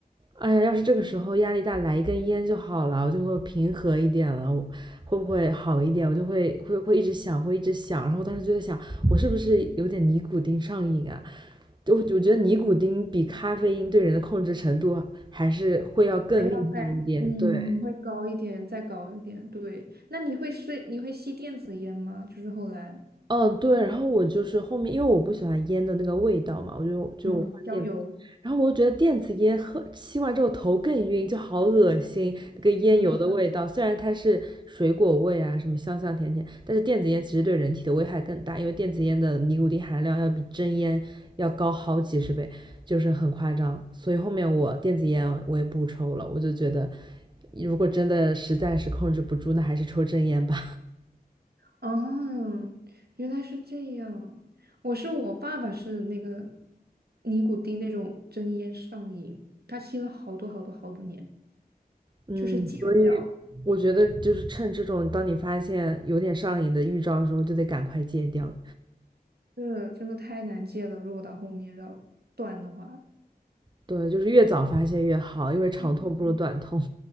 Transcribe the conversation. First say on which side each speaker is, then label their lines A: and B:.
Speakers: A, on the right; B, on the right.
A: 哎呀，要是这个时候压力大来一根烟就好了，我就会平和一点了，我会不会好一点？我就会会会一直想，会一直想，然后我当时就在想，我是不是有点尼古丁上瘾啊？就我觉得尼古丁比咖啡因对人的控制程度还是会要更厉害一点，
B: 还要再嗯会高一点，
A: 对。
B: 再高一点。对，那你会是你会吸电子烟吗？就是后来
A: 嗯，对，然后我就是后面，因为我不喜欢烟的那个味道嘛，我就就换电子烟，
B: 嗯，嗯，焦油。
A: 然后我就觉得电子烟喝吸完之后头更晕，就好恶心，那个烟油的味道。
B: 啊，
A: 虽然它是水果味啊，什么香香甜甜，但是电子烟其实对人体的危害更大，因为电子烟的尼古丁含量要比真烟要高好几十倍，就是很夸张。所以后面我电子烟我也不抽了，我就觉得如果真的实在是控制不住，那还是抽真烟吧。
B: 哦，原来是这样。我是我爸爸是那个尼古丁那种真烟上瘾，他吸了好多好多好多年，
A: 嗯，
B: 就是戒不了。
A: 所以我觉得就是趁这种，当你发现有点上瘾的预兆的时候，就得赶快戒掉。
B: 是，真的太难戒了。如果到后面要断的话，
A: 对，就是越早发现越好，因为长痛不如短痛。
B: 嗯